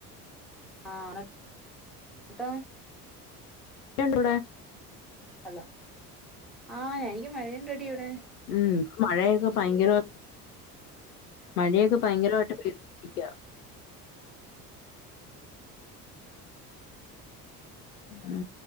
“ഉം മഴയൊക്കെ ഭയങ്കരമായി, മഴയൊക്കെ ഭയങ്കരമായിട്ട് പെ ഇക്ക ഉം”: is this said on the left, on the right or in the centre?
Left